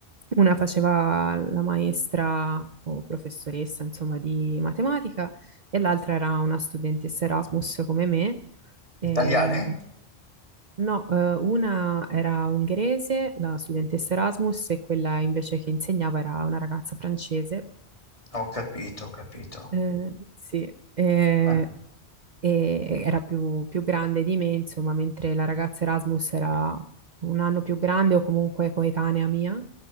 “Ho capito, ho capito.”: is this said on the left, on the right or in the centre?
Left